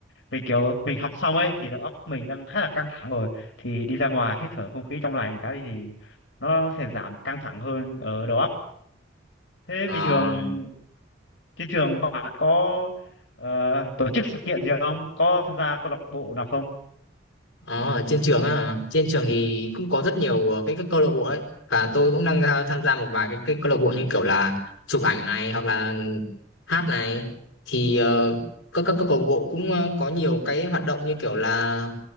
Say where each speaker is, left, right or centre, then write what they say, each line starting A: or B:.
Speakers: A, on the left; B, on the left.
A: vì kiểu mình học xong ấy thì đầu óc mình đang khá là căng thẳng rồi thì đi ra ngoài hít thở không khí trong lành cái thì nó sẽ giảm căng thẳng hơn ở đầu óc Thế
B: Ờ,
A: bình thường trên trường bạn có ờ, tổ chức sự kiện gì không? Có tham gia câu lạc bộ nào không?
B: Ờ, ở trên trường á, trên trường thì cũng có rất nhiều ờ, cái, các câu lạc bộ đấy và tôi cũng đang ra- tham gia một vài cái, cái câu lạc bộ như kiểu là chụp ảnh này hoặc là hát này thì ờ, các các câu lạc bộ cũng ờ, có nhiều cái hoạt động như kiểu là